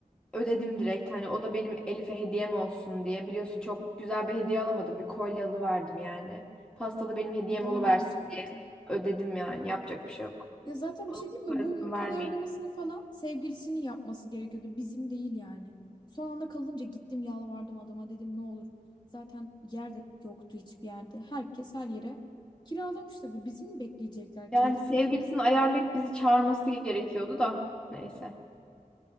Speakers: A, in the centre; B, on the left.
A: ödedim direkt. Hani o da benim Elif'e hediyem olsun diye. Biliyorsun çok güzel bir hediye alamadım. Bir kolye alıverdim yani. Pasta da benim hediyem
B: Daha
A: oluversin
B: ne alacaksın?
A: diye ödedim yani. Yapacak bir şey yok.
B: Ya zaten
A: Onun
B: bir şey değil mi?
A: parasını
B: Bu mekan
A: vermeyin.
B: ayarlamasını falan sevgilisinin yapması gerekiyordu. Bizim değil yani. Son anda kalınca gittim yalvardım adama dedim ne olur. Zaten yer de yoktu hiçbir yerde. Herkes her yere kiralamış tabii. Bizim mi bekleyecekler
A: Yani
B: keyfimizi?
A: sevgilisini ayarlayıp bizi çağırması gerekiyordu da. Neyse.